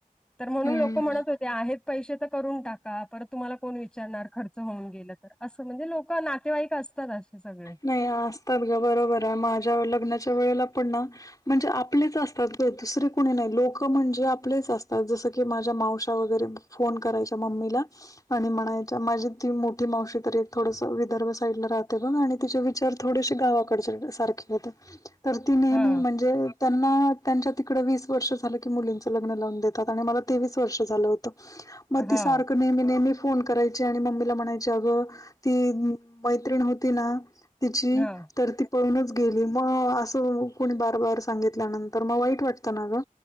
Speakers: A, in the centre; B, on the left.
A: तर म्हणून
B: हम्म.
A: लोक म्हणत होते आहेत पैसे तर करून टाका परत तुम्हाला कोण विचार वीचाणार खर्च होऊन गेलं तर असं म्हणजे लोक नातेवाईक असतात असे सगळे....
B: नाही असतात ग बरोबर आहे माझ्या लग्नाच्या वेळेला पण ना म्हणजे आपलेच असतात दुसरे कोणी नाही लोक म्हणजे आपलेच असतात जसं की माझ्या मावश वगैरे... फोन करायचा मम्मीला... आणि म्हणायच्या माझी ती मोठी मावशी तरी एक थोडस विदर्भ साईड ला राहते बघ आणि... तिचे विचार थोडेसे गावाकडचे सारखे होते तर ती नेहमी
A: हा
B: म्हणजे... त्यांना त्यांच्या तिकडे वीस वर्ष झालं की मुलींचं लग्न लावून देतात आणि मला तेवीस वर्ष झालं होतं.... मग
A: हा
B: ती सारख नेहमी नेहमी.... फोन करायचे आणि मम्मीला म्हणायचे अगं ती मैत्रीण होती ना.... तिची
A: हा
B: तर ती.... पळूनच गेली मग असं कोणी बार बार सांगितल्यानंतर मग वाईट वाटतं ना ग.....